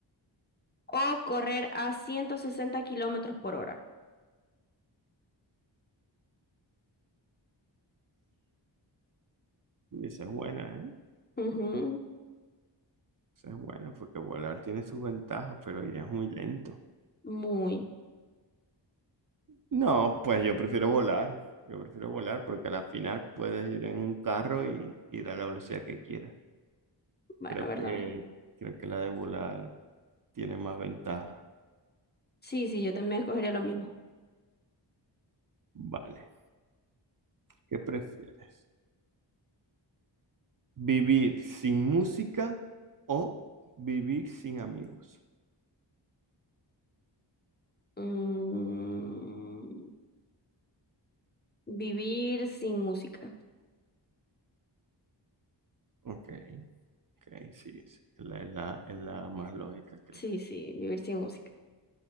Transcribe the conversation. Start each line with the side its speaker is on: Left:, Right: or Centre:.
Left: o correr a 160 kilómetros por hora.
Right: Esa es buena, ¿eh?
Left: Ujú,
Right: Eso es bueno, porque volar tiene sus ventajas, pero irías muy lento.
Left: Muy
Right: No, pues yo prefiero volar. Yo prefiero volar porque a la final puedes ir en un carro y ir a la velocidad que quieras.
Left: bueno,
Right: Creo
Left: ¿verdad?
Right: que, creo que la de volar tiene más ventajas.
Left: Sí, sí, yo también escogería lo mismo.
Right: Vale. ¿Qué prefieres? ¿Vivir sin música o vivir sin amigos?
Left: Mm, vivir sin música.
Right: Ok, ok, sí, sí. Es la, es la, es la más lógica, creo.
Left: Sí, sí, vivir sin música.